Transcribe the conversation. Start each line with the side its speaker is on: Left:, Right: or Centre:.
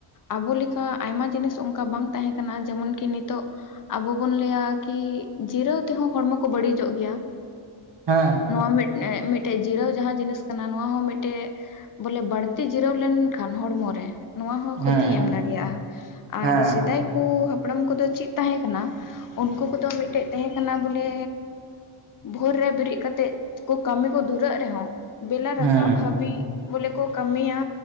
Left: ᱟᱵᱚ ᱞᱮᱠᱟ ᱟᱭᱢᱟ ᱡᱤᱱᱤᱥ ᱚᱝᱠᱟ ᱵᱟᱝ ᱛᱟᱦᱮᱸ ᱠᱟᱱᱟ ᱡᱮᱢᱚᱱ ᱠᱤ ᱱᱤᱛᱚᱜ ᱟᱵᱚ ᱵᱚᱱ ᱞᱟᱹᱭᱟ ᱠᱤ ᱡᱤᱨᱟᱹᱣ ᱛᱮᱦᱚᱸ ᱦᱚᱲᱢᱚ ᱠᱚ ᱵᱟᱹᱲᱤᱡᱚᱜ ᱜᱮᱭᱟ,
Right: ᱦᱮᱸ
Left: ᱱᱚᱣᱟ ᱢᱤᱫ ᱮᱸ ᱢᱤᱫᱴᱮᱡ ᱡᱤᱨᱟᱹᱣ ᱡᱟᱦᱟᱸ ᱡᱤᱱᱤᱥ ᱠᱟᱱᱟ ᱱᱚᱣᱟ ᱦᱚᱸ ᱢᱤᱫᱴᱮᱜ ᱵᱚᱞᱮ ᱵᱟᱹᱲᱛᱤ ᱡᱤᱨᱟᱹᱣ ᱞᱮᱱᱠᱷᱟᱱ ᱦᱚᱲᱢᱚᱨᱮ, ᱱᱚᱣᱟ ᱦᱚᱸ
Right: ᱦᱮᱸ ᱦᱮᱸ
Left: ᱠᱷᱚᱛᱤᱭ ᱮᱢ ᱫᱟ ᱲᱮᱭᱟᱜ-ᱟ,
Right: ᱦᱮᱸ
Left: ᱟᱨ ᱥᱮᱫᱟᱭ ᱠᱚ ᱦᱟᱯᱲᱟᱢ ᱠᱚᱫᱚ ᱪᱮᱫ ᱛᱟᱦᱮᱸ ᱠᱟᱱᱟ, ᱩᱱᱠᱩ ᱠᱚᱫᱚ ᱢᱤᱫᱴᱮᱡ ᱛᱟᱦᱮᱸ ᱠᱟᱱᱟ ᱵᱚᱞᱮ ᱵᱷᱳᱨ ᱨᱮ ᱵᱤᱨᱤᱫ ᱠᱟᱛᱮᱜ ᱠᱚ ᱠᱟᱹᱢᱤ ᱠᱚ ᱫᱷᱩᱨᱟᱹᱜ ᱨᱮᱦᱚᱸ ᱵᱮᱞᱟ
Right: ᱦᱮᱸ ᱦᱮᱸ
Left: ᱨᱟᱠᱟᱵ ᱦᱟᱵᱤᱡ ᱵᱚᱞᱮ ᱠᱚ ᱠᱟᱹᱢᱤᱭᱟ,